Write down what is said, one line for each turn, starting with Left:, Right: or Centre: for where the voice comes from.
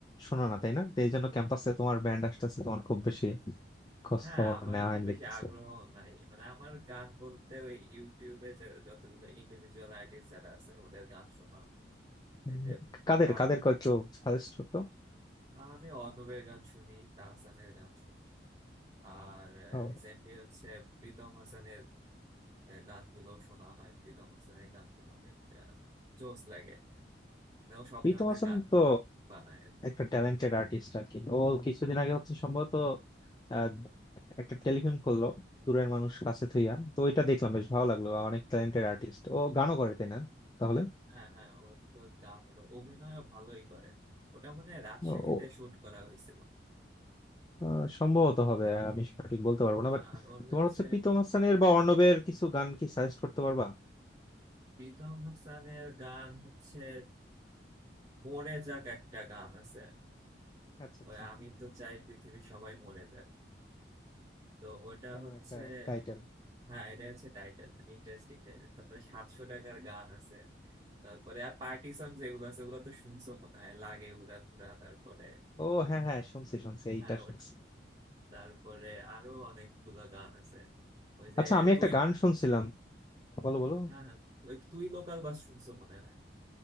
Left: শোনো না তাই না তো এই জন্য ক্যাম্পাসে তোমার ব্যান্ড আসতেছে তোমার খুব বেশি খোঁজ
Right: হ্যাঁ
Left: খবর
Right: আমার
Left: নেওয়া
Right: খুব
Left: হয়নি
Right: বেশি
Left: দেখতেছি
Right: আগ্রহ নাই মানে আমার গান বলতে ওই ইউটিউবে যে যতগুলো ইন্ডিভিজুয়াল আর্টিস্ট যারা আছে ওদের গান শোনা হয়
Left: উম,
Right: এই যে
Left: কাদের
Right: তার
Left: কাদের কয়েকটু সাজেস্ট করতো
Right: আমি অনুপের গান শুনি তাহসানের গান শুনি আর
Left: ও,
Right: রিসেন্টলি হচ্ছে প্রীতম হাসানের আহ, গানগুলো শোনা হয় প্রীতম হাসানের গানগুলো অনেক আহ, জোস লাগে মানে ও সব
Left: প্রীতম
Right: ধরনের
Left: হাসান
Right: গান
Left: তো
Right: বানায় আর কি।
Left: একটা ট্যালেন্টেড আর্টিস্ট আর কি ও কিছুদিন আগে হচ্ছে সম্ভবত আহ, একটা টেলিফিল্ম করলো দূরের মানুষ কাছে থুইয়া তো ওইটা দেখলাম বেশ ভালো লাগলো অনেক ট্যালেন্টেড আর্টিস্ট ও গানও করে তাই না তাহলে
Right: হ্যাঁ হ্যাঁ ওর তো গান ওর অভিনয়ও ভালোই করে ওটা মনে হয় রাজশাহীতে
Left: ও ও,
Right: শুট করা হয়েছিল
Left: আহ, সম্ভবত হবে আমি সঠিক বলতে পারবো না বাট
Right: আর ওর
Left: তোমার
Right: হচ্ছে
Left: হচ্ছে প্রীতম হাসানের বা অর্ণবের কিছু গান কি সাজেস্ট করতে পারবা
Right: প্রীতম হাসানের গান হচ্ছে মরে যাক একটা গান আছে
Left: আচ্ছা আচ্ছা
Right: ওই আমি তো চাই পৃথিবী সবাই মরে যাক তো ওটা
Left: কেমন
Right: হচ্ছে
Left: একটা টাইটেল
Right: হ্যাঁ এটা হচ্ছে টাইটেল Interesting title তারপরে সাতশো টাকার গান আছে তারপরে আর পার্টি সং যেগুলো আছে ওগুলো তো শুনছো মনে হয় লাগে উড়া ধুরা তারপরে
Left: ও হ্যাঁ হ্যাঁ শুনছি শুনছি এইটা
Right: হ্যাঁ ও-
Left: শুনছি
Right: তারপরে আরো অনেকগুলো গান আছে ওই যে
Left: আচ্ছা আমি একটা
Right: তুই
Left: গান শুনছিলাম বলো বলো
Right: হ্যাঁ হ্যাঁ ওই তুই লোকাল বাস শুনছো মনে হয়